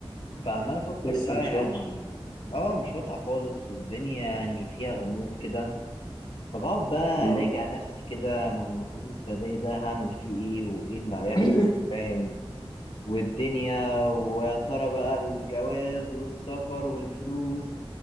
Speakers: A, on the left (about 75°); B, on the left (about 45°).
A: فعمال افكر
B: لسه
A: بقى
B: مش
A: يعني
B: واضحه
A: اه مش واضحه خالص والدنيا يعني فيها غموض كده فبقعد بقى
B: امم
A: أراجع نفسي كده أنا المفروض مستقبلي ده هعمل فيه إيه وإيه اللي هيحصل
B: <laughs>
A: فاهم والدنيا ويا ترى بقى الجواز والسفر والفلوس